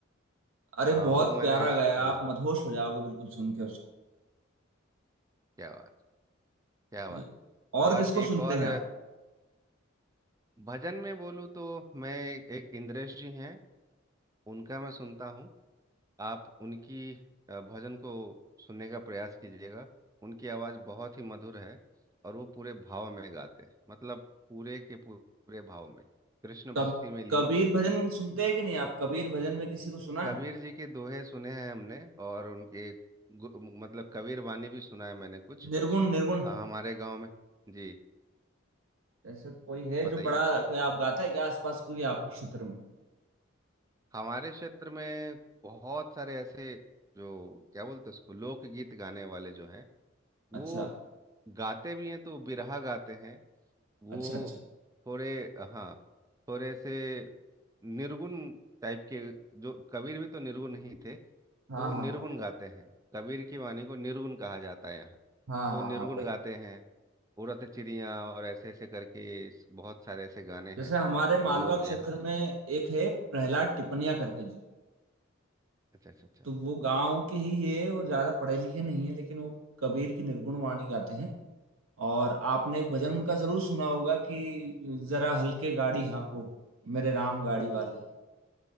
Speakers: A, on the right (about 80°); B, on the right (about 15°).
A: अरे
B: हाँ
A: बहुत
B: वो मैंने
A: प्यारा गाया
B: सुना
A: आप
B: है।
A: मदहोश हो जाओगे बिल्कुल सुन के उसको
B: क्या बात क्या बात
A: ये और
B: और
A: किसको
B: एक
A: सुनते
B: और
A: हैं आप
B: भजन में बोलूँ तो मैं एक इंद्रेश जी हैं उनका मैं सुनता हूँ आप उनकी अ, भजन को सुनने का प्रयास कीजिएगा उनकी आवाज़ बहुत ही मधुर है और वो पूरे भाव में गाते हैं मतलब पूरे के पू- पूरे भाव में कृष्ण भक्ति
A: कब
B: में लीन
A: कबीर भजन सुनते हैं कि नहीं आप कबीर भजन में किसी को सुना
B: कबीर
A: है
B: जी के दोहे सुने हैं हमने और उनके गु- मतलब कबीर वाणी भी सुना है मैंने कुछ
A: निर्गुण निर्गुण
B: अ, हमारे गांव में जी
A: ऐसे कोई है
B: बताइए
A: जो बड़ा कोई आप गाता है क्या आसपास कोई आपके क्षेत्र में
B: हमारे क्षेत्र में बहुत सारे ऐसे जो क्या बोलते हैं उसको लोकगीत गाने वाले जो हैं वो
A: अच्छा
B: गाते भी हैं तो बिरहा गाते हैं वो
A: अच्छा अच्छा
B: थोड़े हाँ थोड़े से निर्गुण टाइप के जो कबीर भी तो निर्गुण ही थे तो
A: हाँ
B: वो
A: हाँ
B: निर्गुण गाते हैं कबीर की वाणी को निर्गुण कहा जाता है यहाँ
A: हाँ
B: तो
A: हाँ
B: निर्गुण
A: हाँ हाँ
B: गाते हैं उड़त चिड़िया और ऐसे ऐसे करके इस- बहुत सारे ऐसे गाने
A: जैसे
B: हैं
A: हमारे मालवा
B: जो
A: क्षेत्र
B: यहाँ
A: में एक है प्रहलाद टिपनिया करके जी
B: अच्छा अच्छा अच्छा
A: तो वो गांव के ही है और ज्यादा पढ़े लिखे नहीं है लेकिन वो कबीर की निर्गुण वाणी गाते हैं और आपने एक भजन उनका जरूर सुना होगा कि जरा हल्के गाड़ी हाँको मेरे राम गाड़ी वाले